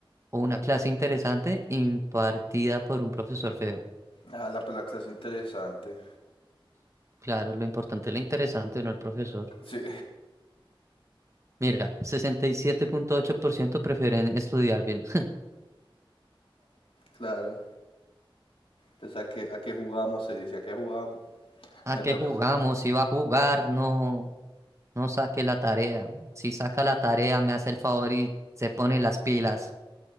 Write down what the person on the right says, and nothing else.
o una clase interesante impartida por un profesor feo.
Claro, lo importante es lo interesante, no el profesor.
Mira, sesenta y siete punto ocho por ciento prefieren estudiar bien. <laughs>
¿A
qué
jugamos? Si va a jugar, no, no saque la tarea. Si saca la tarea, me hace el favor y se pone las pilas.